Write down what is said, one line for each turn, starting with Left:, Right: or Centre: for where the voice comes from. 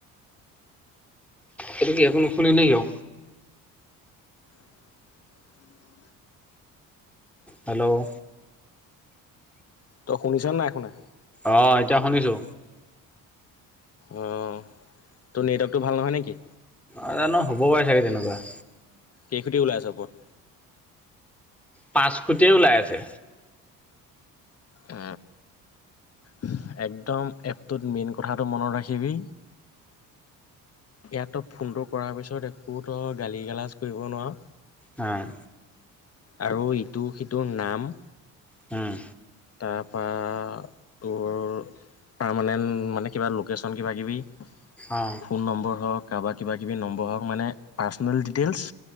Centre: এইটো কি, একো নুশুনে নে কি অ।
Left: <inaudible>
Centre: হেল্ল'?
Left: তই শুনিছ নাই শুনা?
Centre: অ এতিয়া শুনিছো।
Left: অ 'তোৰ নেটৱৰ্কটো ভাল নহয় নেকি?
Centre: অ জানো, হ'ব পাৰে চাগে তেনেকুৱা।
Left: কেইখুটি ওলাই আছ ওপৰত।
Centre: পাঁচ খুটিয়ে ওলাই আছে।
Left: উম, উম। একদম এপটোত মেইন কথাটো মনত ৰাখিবি। ইয়াত তই ফোনটো কৰাৰ পিছত, একো তই গালি গালাজ কৰিব নোৱাৰ।
Centre: উম।
Left: আৰু ইটো সিটোৰ নাম
Centre: উম।
Left: তাৰপৰা তোৰ, পাৰমানেণ্ট মানে কিবা লোকেশ্যন কিবা কিবি
Centre: অঁ
Left: ফোন নম্বৰ হওক কাৰোবাৰ কিবাকিবি নম্বৰ হওক মানে পাৰ্চনেল ডিটেইলছ